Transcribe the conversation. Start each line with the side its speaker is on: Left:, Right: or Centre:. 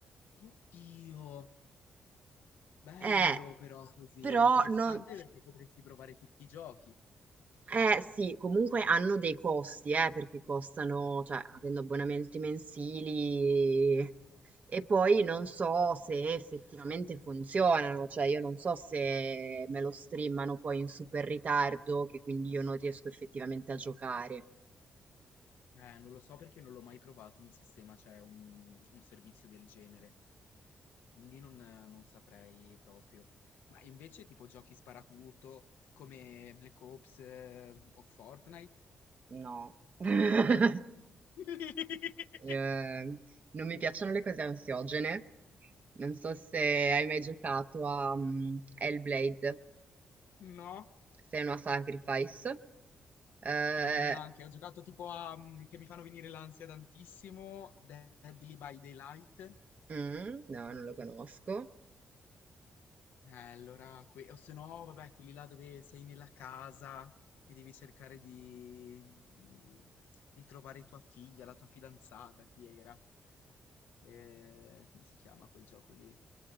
Left: Oddio, bello
Right: Eh,
Left: però così,
Right: però
Left: è interessante
Right: non
Left: perché potresti provare tutti i giochi.
Right: eh sì, comunque hanno dei costi, eh, perché costano, cioè, avendo abbonamenti mensili e poi non so se effettivamente funzionano, cioè io non so se me lo streamano poi in super ritardo, che quindi io non riesco effettivamente a giocare.
Left: Eh, non lo so perché non l'ho mai provato un sistema, cioè un un servizio del genere. Quindi non, non saprei proprio. Ma invece tipo giochi sparatutto come Black Ops eh, o Fortnite?
Right: No. <laughs> No.
Left: <laughs>
Right: Eh, non mi piacciono le cose ansiogene. Non so se hai mai giocato a mm, Hellblade.
Left: No,
Right: Senua Sacrifice. Eh,
Left: no, neanche. Ho giocato tipo a mm, che mi fanno venire l'ansia tantissimo, Deadly by Daylight.
Right: mm, no, non lo conosco.
Left: Eh, allora, que- o se no, vabbè, quelli là dove sei nella casa e devi cercare di, mm, di trovare tua figlia, la tua fidanzata, chi era? Eh, come si chiama quel gioco lì?